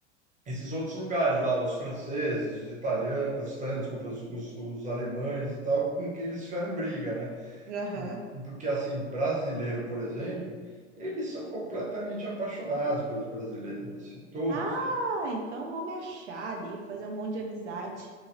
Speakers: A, on the right; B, on the right.
A: esses outros lugares lá, os franceses, os italianos, os italianos, desculpa, os, os, os alemães e tal, com quem eles fizeram briga, né?
B: Aham.
A: Por, porque, assim, brasileiro, por exemplo, eles são completamente apaixonados pelos brasileiros, assim, todos
B: Ah,
A: eles.
B: então vou me achar ali, fazer um monte de amizade